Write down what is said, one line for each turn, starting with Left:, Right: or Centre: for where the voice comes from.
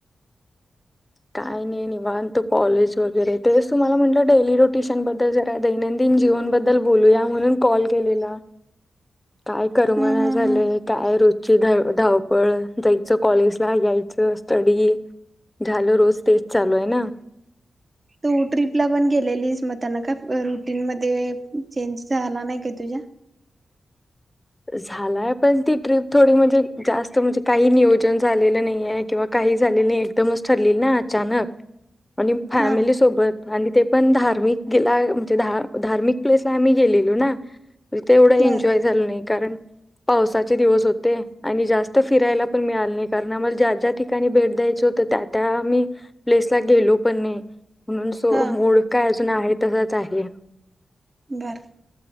Left: काय नाही निवांत, कॉलेज वगैरे तेच तुमला म्हटलं डेली रोटेशन बद्दल, जरा दैनंदिन जीवनबद्दल बोलूया, म्हणून कॉल केलेला. काय करमना
Right: ह ह
Left: झाले
Right: ह
Left: काय र धावपळ जायच, कॉलेज ला यायच, स्टडी- झाल रोज तेच चालू आहे ना,
Right: तू ट्रीपला पण गेलेलीस, म त्यांना का रुटीन मध्ये चेंज झाला नाही का तुझ्या?
Left: झालाय पण ती ट्रीप थोडी म्हणजे जास्त म्हणजे काही नियोजन झालेलं नाही आहे किंवा काही झालं नाही, एकदमच ठरली ना अचानक. आणि फॅमिली
Right: हा
Left: सोबत. आणि ते पण धार्मिकेला म्हणजे धार धार्मिक प्लेस ला आम्ही गेलेलो ना- तिथे एवढा एन्जॉय
Right: बर
Left: झालं नाही. कारण पावसाचे दिवस होते आणि जास्त- जास्त फिरायला पण मिळालं नाही कारण आम्हाला ज्या ज्या ठिकाणी भेट द्यायचं होतं त्या त्या आम्ही प्लेसला गेलो पण नाही म्हणून सो
Right: हा
Left: मुड काय- अजून आहे तसाच आहे.
Right: बर